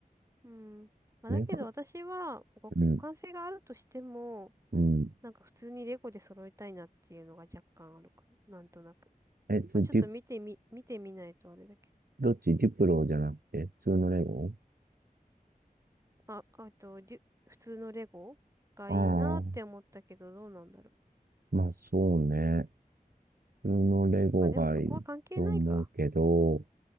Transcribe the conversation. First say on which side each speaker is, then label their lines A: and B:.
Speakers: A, on the right; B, on the right.
A: うん。まあ、
B: メガ、
A: だけど私は互換性があるとしても、
B: うん、うん。
A: なんか普通にレゴで揃えたいなっていうのが若干あるかな。なんとなく。
B: えっディ、
A: まあ、ちょっと見てみ、見てみないとあれだけど。
B: どっちディプロじゃなくて、普通のレゴ
A: あ、あと、デュ普通のレゴがいいなって思ったけど、
B: あー、
A: どうなんだろう。
B: まあそうね。普通のレゴがいいと思うけど、
A: まあでもそこは関係ないか。